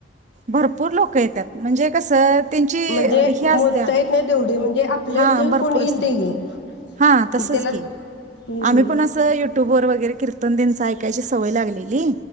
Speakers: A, on the right; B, on the left.
A: भरपूर लोक येत्यात म्हणजे कसं. त्यांची
B: म्हणजे
A: ह्या
B: मोजता
A: असत्या
B: येत नाही तेवढे म्हणजे आपल्या
A: हां
B: इथे
A: भरपूर
B: कोण येईल
A: असत्या
B: ते येईल
A: हां तसंच
B: मग त्याला
A: की
B: हम्म
A: आम्ही
B: हम्म.
A: पण असं यूट्यूबवर वगैरे. वगैरे कीर्तन तेचं कीर्तन ऐकायची सवय लागलेली.